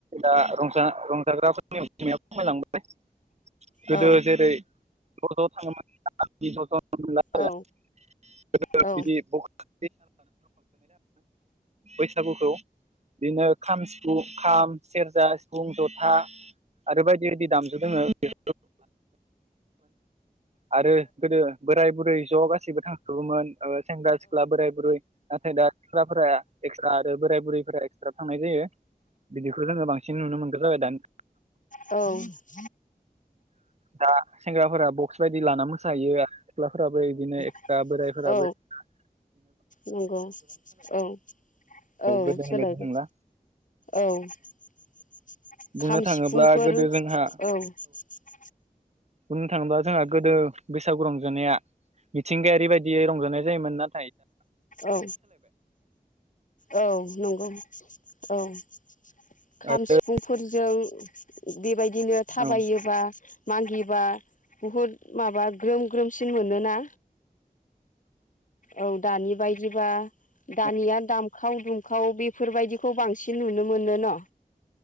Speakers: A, on the right; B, on the left.
A: दा रंजाग्राफोरनि अजिमायाबो खमायलांबायबाय। गोदो
B: औ
A: जेरै ज' ज' थाङोमोन दाना बिदि <unintelligible>
B: औ औ
A: <unintelligible> बैसागुखौ बिदिनो खाम, सिफु खाम, सेरजा, सिफुं, जथा आरो बायदि बायदि दामजु दोङो बे आरो गोदो बोराय बुरै ज' गासैबो थांजोबोमोन सेंग्रा सिक्ला बोराय बुरै नाथाय दा एक्स्रा आरो बोराय बुरैफोरा एक्सट्रा थांनाय जायो बिदिखौ जोङो बांसिन नुनो मोनदों। जाबाय दान
B: औ ।
A: दा सेंग्राफोरा बक्स बायदि लाना मोसाहैयो आरो सिख्लाफोराबो बिदिनो एक्सट्रा
B: औ
A: बोरायफोराबो
B: औ
A: एक्सट्रा
B: नंगौ औ । औ
A: गोदोनि
B: सोलायबाय
A: बायदि नंला
B: औ ।
A: बुंनो
B: खाम
A: थाङोब्ला
B: सिफुंफोर
A: गोदो जोंहा
B: औ ।
A: बुंनो थाङोबा जोंहा गोदो बैसागु रंजानाया मिथिंगायारि बायदियै रंजानाय जायोमोन ना
B: औ औ नंगौ औ । खाम
A: आरो
B: सिफुंफोरजों बेबायदिनो थाबायोबा
A: औ
B: मागिबा बुहुद माबा ग्रोम ग्रोमसिन मोनोना औ दानि बायदिबा दानिया
A: औ
B: दाम खाव दुमखाव बेफोरबायदिखौ बांसिन नुनो मोनो न'?